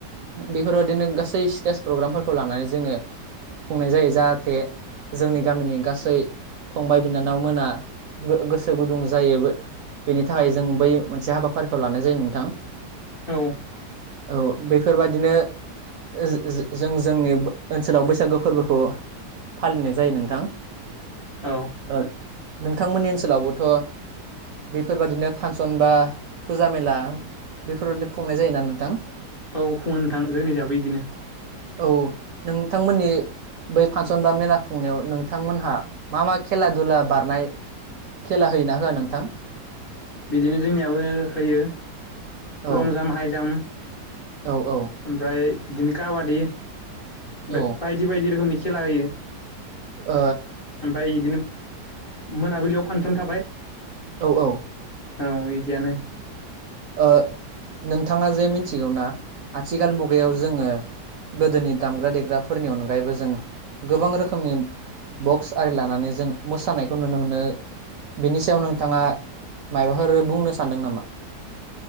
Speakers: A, on the right; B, on the left.
A: बेफोरबायदिनो गासै स्टेज प्रग्रामफोरखौ लानानै जोङो खुंनाय जायो। जाहाथे जोंनि गामिनि गासै फंबाय बिनानाव मोना गो-गोसो गुदुं जायो। बेनि थाखाय जों बै मोनसे हाबाफारिखौ लानाय जायो नोंथां।
B: औ।
A: औ बेफोरबादिनो जो जो जोंनि ओनसोलाव बैसागो फोरबोखौ फालिनाय जायो नोंथां
B: औ
A: ओ नोंथांमोननि ओनसोलावबोथ' बेफोरबादिनो फांसन बा फुजा मेला बेफोरनो खुंनाय जायोना नोंथां‌?
B: औ खुङो नोंथां जोंनिजाबो इदिनो।
A: औ नोंथांमोननि बै फांसन बा मेला खुंनायाव नोंथांमोनहा मा मा खेला दुला बारनाय खेला होयोना होआ नोंथां?
B: बिदिनो जोंनियाबो होयो।
A: औ
B: लं जाम, हाइ जाम
A: औ औ
B: ओमफ्राय बिदिनो काबादि बे
A: ओ
B: बायदि बायदि रोखोमनि खेला होयो।
A: ओ
B: ओमफ्राय इदिनो मोनाबिलियाव फांसन थाबाय
A: औ औ
B: औ इदियानो।
A: ओ नोंथाङा जे मिथिगौना आथिखाल मुगायाव जोङो गोदोनि दामग्रा-देग्राफोरनि अनगायैबो जों गोबां रोखोमनि बक्स आरि लानानै जों मोसानायखौ नुनो मोनो। बेनि सायाव नोंथाङा माइबाफोर बुंनो सानदों नामा?